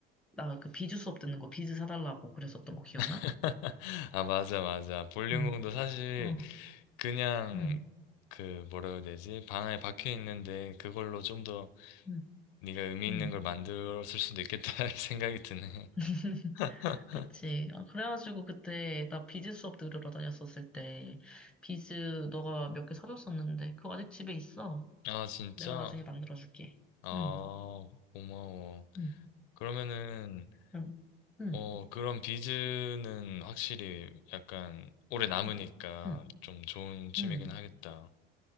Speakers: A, in the centre; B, on the left.
A: 나 그 비즈 수업 듣는 거 비즈 사달라고 그랬었던 거 기억나?
B: <laughs> 아, 맞아, 맞아. 볼링공도
A: 응,
B: 사실
A: 어,
B: 그냥
A: 응,
B: 그 뭐라 해야 되지? 방 안에 박혀 있는데 그걸로 좀 더
A: 응,
B: 네가 의미
A: 응.
B: 있는 걸 만들었을 수도 있겠다 <laughs> 생각이 드네.
A: <laughs>
B: <laughs>
A: 그치. 아, 그래가지고 그때 나 비즈 수업 들으러 다녔었을 때 비즈 너가 몇 개 사줬었는데 그거 아직 집에 있어.
B: 아, 진짜?
A: 내가 나중에 만들어줄게.
B: 아,
A: 응,
B: 고마워.
A: 응,
B: 그러면은,
A: 응. 응,
B: 어, 그런 비즈는 확실히 약간 오래 남으니까
A: 응, 응.
B: 좀 좋은 취미긴
A: 응...
B: 하겠다.